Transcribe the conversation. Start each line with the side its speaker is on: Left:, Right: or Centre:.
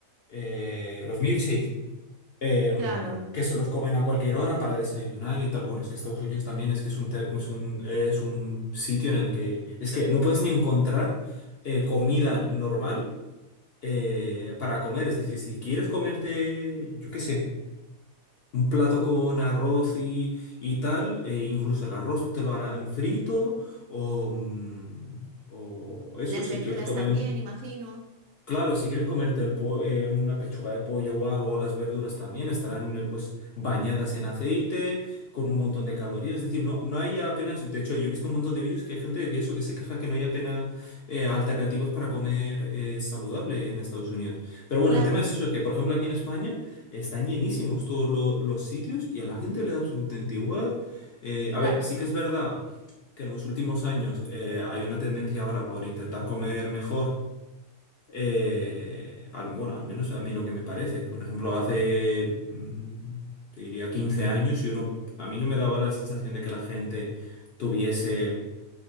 Left: eh, los milkshakes, em,
Right: Claro.
Left: que se los comen a cualquier hora para desayunar y tal. Bueno, es que Estados Unidos también es que es un, te- es un, es un sitio en el que es que no puedes ni encontrar eh, comida normal eh, para comer. Es decir, si quieres comerte, yo qué sé. Un plato con arroz y, y tal, eh, incluso el arroz te lo harán frito o, mm, o eso,
Right: Las
Left: si
Right: verduras
Left: quieres comer
Right: también,
Left: un
Right: imagino.
Left: Claro, si quieres comerte el po- eh, una pechuga de pollo o algo, las verduras también estarán eh, pues bañadas en aceite, con un montón de calorías. Es decir, no, no hay apenas, de hecho, yo he visto un montón de vídeos que hay gente que eso, que se queja que no hay apenas eh, alternativas para comer eh, saludable en Estados Unidos. Pero bueno,
Right: Claro.
Left: el tema es eso, que por ejemplo aquí en España están llenísimos todos lo- los sitios y a la gente le da absolutamente igual. Eh, a
Right: Claro,
Left: ver, sí que es verdad que en los últimos años eh, hay una tendencia ahora por intentar comer mejor. Eh, al- bueno, al menos a mí lo que me parece. Por ejemplo, hace, mm, te diría, 15 años, yo no, a mí no me daba la sensación de que la gente tuviese